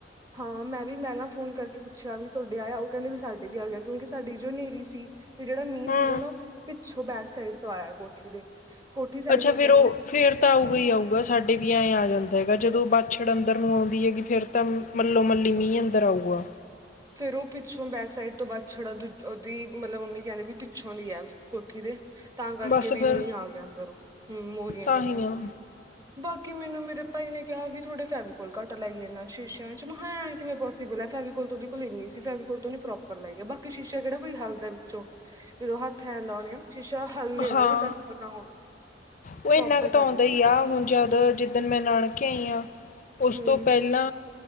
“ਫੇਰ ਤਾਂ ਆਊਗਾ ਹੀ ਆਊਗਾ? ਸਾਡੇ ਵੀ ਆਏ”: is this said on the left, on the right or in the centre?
Left